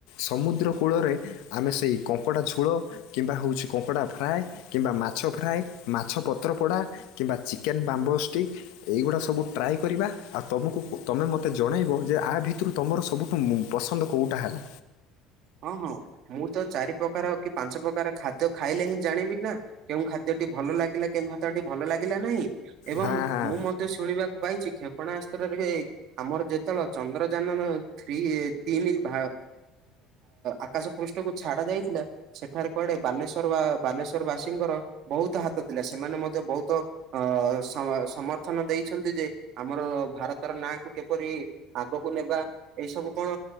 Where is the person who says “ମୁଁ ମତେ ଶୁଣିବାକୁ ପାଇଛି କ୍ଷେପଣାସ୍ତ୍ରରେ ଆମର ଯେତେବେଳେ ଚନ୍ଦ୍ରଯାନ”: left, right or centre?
Right